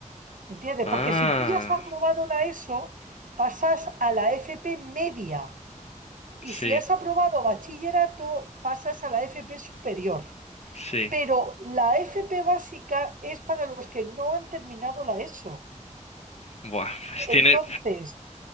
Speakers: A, on the right (about 85°); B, on the left (about 55°).
A: ¿entiendes?
B: Ah.
A: Porque si tú ya has aprobado la ESO, pasas a la FP media. Y
B: Sí,
A: si has aprobado bachillerato, pasas a la FP superior.
B: sí.
A: Pero la FP básica es para los que no han terminado la ESO.
B: Buah, pues tiene.
A: Entonces,